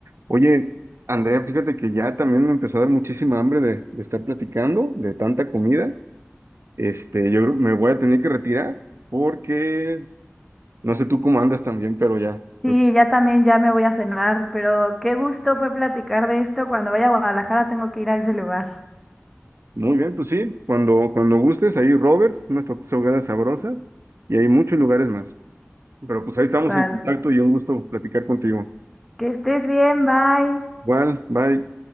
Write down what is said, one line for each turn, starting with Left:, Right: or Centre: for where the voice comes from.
Right: Oye, Andrea, fíjate que ya también me empezó a dar muchísima hambre de, de estar platicando, de tanta comida. Este, yo creo que me voy a tener que retirar porque no sé tú cómo andas también, pero ya.
Centre: Sí,
Right: Pero
Centre: ya también ya me voy a cenar, pero qué gusto fue platicar de esto. Cuando vaya a Guadalajara tengo que ir a ese lugar.
Right: muy bien, pues sí, cuando, cuando gustes, ahí Roberts, unas tortas ahogadas sabrosas y hay muchos lugares más. Pero pues ahí estamos
Centre: Sale.
Right: en contacto y un gusto platicar contigo.
Centre: Que estés bien, bye.
Right: Bueno, bye.